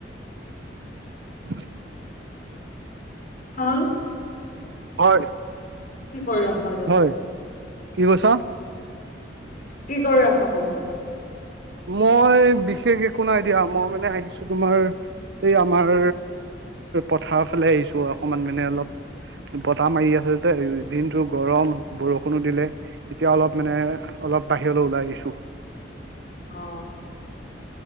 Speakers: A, on the right (about 65°); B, on the left (about 50°).
A: <unintelligible>
B: হা
A: হয়
B: কি কৰি আছ <inaudible>
A: হয় কি কৈছ
B: কি কৰি আছ তুমি
A: মই বিশেষ একো নাই দিয়া মই মানে আহিছো তোমাৰ এই আমাৰ পথাৰ ফালে আহিছো অকমান মানে অলপ বতাহ মাৰি আছে যে দিনতটো গৰম বৰষুণো দিলে এতিয়া অলপ মানে অলপ বাহিৰলে ওলাই আহিছো
B: অ